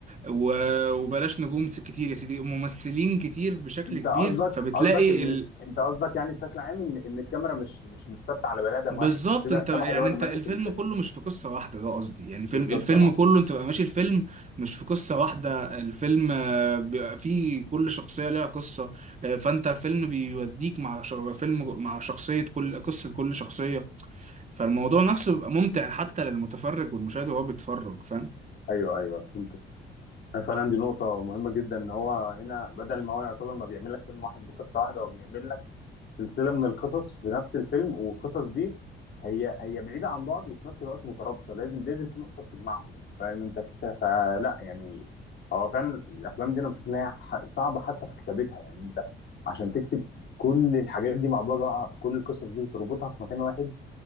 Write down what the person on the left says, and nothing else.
أنت
قصدك
قصدك إن
أنت قصدك يعني بشكل عام إن إن الكاميرا مش مش مش ثابتة على بني آدم
واحد مش في بني
آدم واحد هو اللي
ماسك
الفيلم
بالظبط
اه
ايوه ايوه فهمتك أنا فعلا دي نقطة مهمة جدا ان هو هنا بدل ما هو يعتبر ما بيعمل لك فيلم واحد بقصة واحدة هو بيعمل لك سلسلة من القصص في نفس الفيلم والقصص دي هي هي بعيدة عن بعض وفي نفس الوقت مترابطة لازم لازم في نقطة بتجمعهم فاهم انت الفكرة فلا يعني هو فعلا الافلام دي انا بشوف ان هي ح- صعبة حتى في كتابتها يعني انت عشان تكتب كل الحاجات دي مع بعضها كل القصص دي وتربطها في مكان واحد